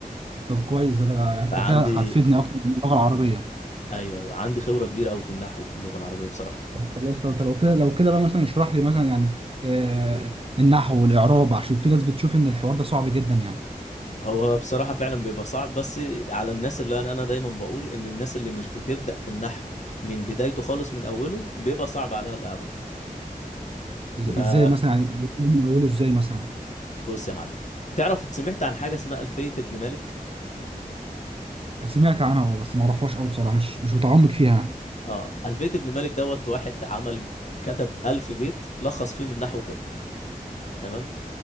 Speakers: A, on the right (about 40°); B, on the left (about 50°).
A: طب كويس ده, ده يعني
B: فعندي
A: انت كده هتفيدني اكتر من اللغه العربيه
B: ايوه ايوه عندي خبرة كبيرة قوي في النحو في اللغة العربية بصراحة
A: طب خلاص طب طب لو كده لو كده بقى مثلا اشرح لي مثلا يعني آه، النحو والاعراب عشان في ناس بتشوف ان الحوار ده صعب جدا يعني
B: هو بصراحة فعلا بيبقى صعب بس على الناس اللي انا انا دايما بقول ان الناس اللي مش بتبدأ في النحو من بدايته خالص من اوله بيبقى صعب عليها الاعراب
A: بز- ازاي
B: فبص
A: مثلا يعني من اوله ازاي مثلا
B: يا معلم تعرف سمعت عن حاجة اسمها ألفية ابن مالك
A: سمعت عنها اه بس ما اعرفهاش قوي بصراحه مش مش متعمق فيها يعني
B: اه ألفية ابن مالك دوت واحد عمل كتب ألف بيت لخص فيهم النحو كله تمام